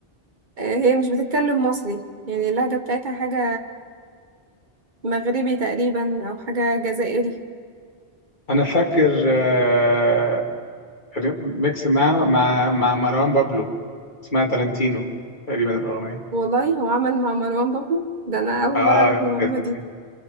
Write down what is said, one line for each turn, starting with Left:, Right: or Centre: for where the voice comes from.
Right: آه، هي مش بتتكلم مصري يعني اللهجة بتاعتها حاجة مغربي تقريبا او حاجة جزائري
Left: انا فاكر آه، ميكس معاهم مع مع مروان بابلو اسمها تالنتينو تقريبا الاغنية
Right: والله هو عمل مع مروان بابلو ده انا اول
Left: اه
Right: مرة اعرف المعلومة
Left: كانت
Right: دي
Left: جميلة.